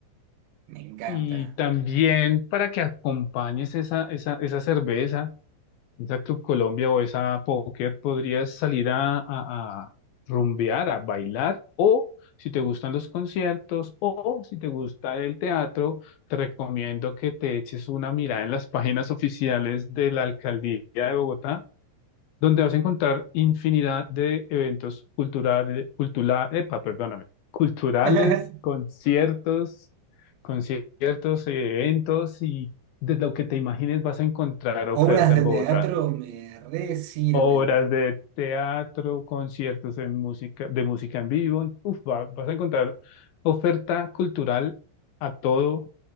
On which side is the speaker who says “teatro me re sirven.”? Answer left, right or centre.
Right